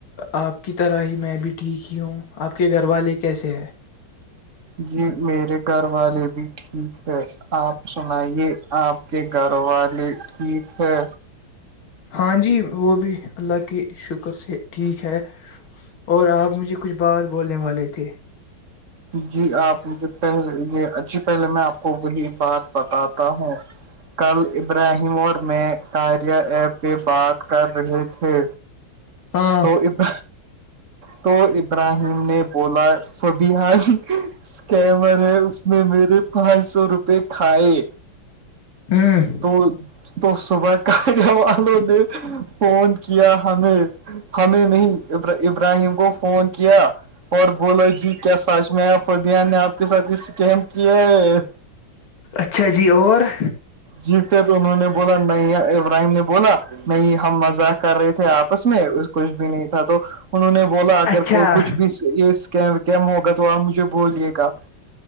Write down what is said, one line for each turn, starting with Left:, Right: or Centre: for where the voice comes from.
Left: آپ کی طرح ہی میں بھی ٹھیک ہی ہوں آپ کے گھر والے کیسے ہے
Right: جی میرے گھر والے بھی ٹھیک ہے آپ سنائیے آپ کے گھر والے ٹھیک ہے
Left: ہاں جی وہ بھی اللہ کے شکر سے ٹھیک ہے اور آپ مجھے کچھ بات بولنے والے تھے
Right: جی آپ مجھے پہلے یہی پہلے میں آپ کو وہی بات بتاتا ہوں کل ابراہیم اور میں کاریا ایپ پہ بات کر رہے تھے
Left: ہاں
Right: توب تو ابراہیم نے بولا س بار اسکیمر ہے اس نے میرے پانچ سو روپے کھائے
Left: ہوں
Right: تو تو صبح کیہ والوں نے فون کیا ہمیں ہمیں نہیں ابراہیم کو فون کیا اور بولا جی کیا سچ میں آپ فبیہ نے آپ کے ساتھ اس کیمپ کیا ہے
Left: اچھا جی اور
Right: جی پھر انہوں نے بولا نیا ابراہیم نے بولا نہیں ہم مزاق کر رہے تھے آپس میں کچھ بھی نہیں تھا تو انہوں نے بولا اگر
Left: اچھا
Right: کوئی کچھ بھیم ہوگا تو آپ مجھے بولیے گا